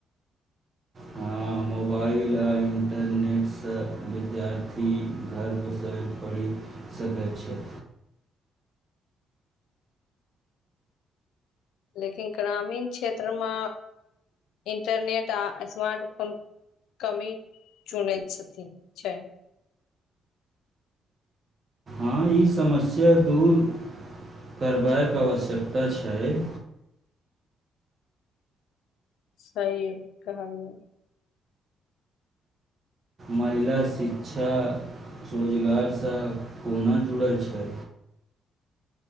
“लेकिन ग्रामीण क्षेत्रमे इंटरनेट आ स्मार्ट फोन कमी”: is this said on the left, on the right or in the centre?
Left